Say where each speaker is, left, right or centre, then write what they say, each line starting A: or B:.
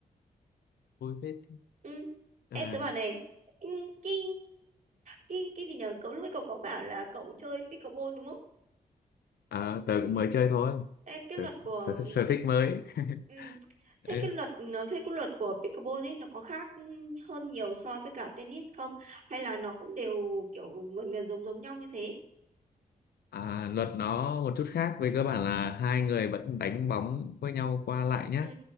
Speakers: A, on the left; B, on the right.
A: vui phết
B: Ừ. Ê,
A: Tức là
B: tớ bảo này ừ, cái cái cái gì nhở cậu lúc ấy cậu có bảo là cậu chơi pickleball đúng không
A: ờ, tớ cũng
B: ừ.
A: mới chơi thôi
B: Ê, cái
A: tớ,
B: luật của ừm,
A: sở thích sở thích mới <laughs>
B: ừ.
A: Đấy.
B: thế cái luật nó- thế cái luật của pickleball ấy nó có khác ừm, hơn nhiều so với cả tennis không hay là nó cũng đều kiểu gần gần giống giống nhau như thế
A: à, luật nó một chút khác về cơ bản là hai người vẫn đánh bóng với nhau qua lại nhé
B: ừ